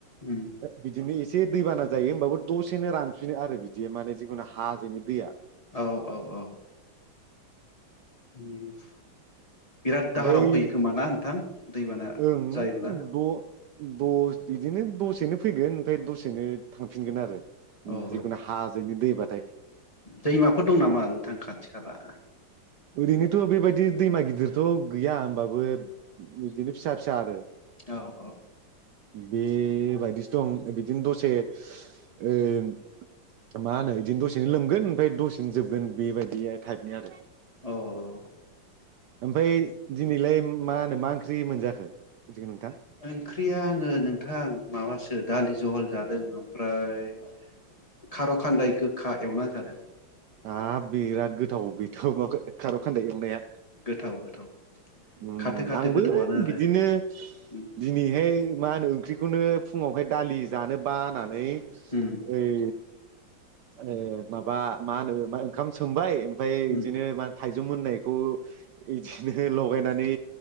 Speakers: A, on the left; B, on the right.
A: उम
B: ओ बिदिनो इस से दैबाना जायो होमबाबो दसेनो रानफिनो आरो बिदिया माने जिखुनु हाजोंनि दैया।
A: औ औ औ। <unintelligible> बिराद
B: ओमफ्राय
A: दाहाराव फैयो खोमा ना नोंथां? दैबाना
B: ओं
A: जायोब्ला
B: द' द' बिदिनो दसेनो फैगोन ओमफ्राय दसेनो थांफिनगोन आरो।
A: औ
B: जिखुनु हाजोनि दैबाथाय
A: दैमाफोर दं नामा नोंथां खाथि खाला
B: ओरैनोथ' बेबायदि दैमा गिदिरथ' गैया होमबाब बोब बिदिनो फिसा फिसा आरो
A: औ औ।
B: बेबायदिसो दं बिदिनो दसे ओ मा होनो इदिनो दसेनो लोमगोन ओमफाय दसेनो जोबगोन बेबायदि टाइपनि आरो।
A: औ औ
B: ओमफाय दिनैलाय मा होनो मा ओंख्रि मोनजाखो? नोंथां
A: ओंख्रिया आङो नोंथां। माबासो दालि जहल जादों ओमफ्राय खार'खान्दाय गोखा एवना जादों।
B: हाब बिराद गोथाव बेथ' मा खार' खान्दाय एवनाया
A: गोथाव गोथाव
B: उम उम
A: खाथो खाथो
B: आंबो
A: गोथावनो आरो
B: बिदिनो
A: उम
B: दिनैहाय मा होनो ओंख्रिखौनो फुंआवहाय दालि जानो बाना नै
A: उम
B: ओइ ए माबा मा होनो मा ओंखाम सोमबाय ओमफ्राय
A: उम
B: इदिनो माद थाइजौ मोननायखौ इदिनो लगायनानै